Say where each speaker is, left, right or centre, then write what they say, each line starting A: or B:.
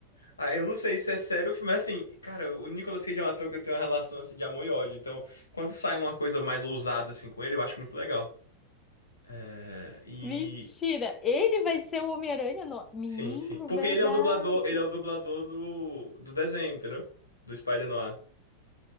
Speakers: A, on the left; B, on the left.
A: Ah, eu não sei se é sério o filme, mas assim, cara, o Nicolas Cage é um ator que eu tenho uma relação assim de amor e ódio. Então, quando sai uma coisa mais ousada assim com ele, eu acho muito legal. É, e
B: Mentira. Ele vai ser o Homem-Aranha no... Menino,
A: sim, sim. Porque
B: verdade.
A: ele é o dublador, ele é o dublador do, do desenho, entendeu? Do Spider-Noir.